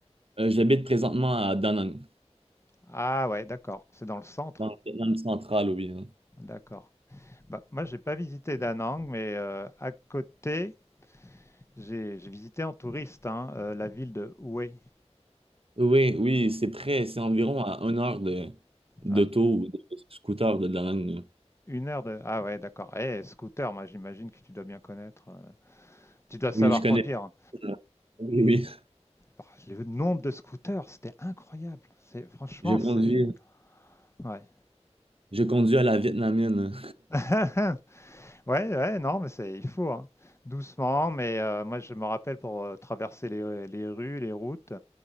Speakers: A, on the right; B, on the left.
A: euh, j'habite présentement à Da Nang,
B: Ah ouais, d'accord, c'est dans le centre.
A: dans le Vietnam central, oui. hein.
B: D'accord. Bah, moi, j'ai pas visité Da Nang, mais euh, à côté, j'ai j'ai visité en touriste hein, euh, la ville de Hue.
A: Oui, oui, c'est près, c'est environ à une heure de, d'auto
B: Ouais.
A: ou de scooter de Da Nang. là.
B: Une heure de... Ah ouais, d'accord. Eh, scooter, moi j'imagine que tu dois bien connaître. euh, Tu dois savoir
A: Oui, je connais.
B: conduire.
A: Oui, oui,
B: Bah, Le nombre de scooters, c'était incroyable. C'est franchement,
A: je conduis,
B: c'est ouais.
A: je conduis à la vietnamienne.
B: <laughs> ouais, ouais, non, mais c'est il faut hein. doucement. Mais euh, moi, je me rappelle pour euh, traverser les, les rues, les routes,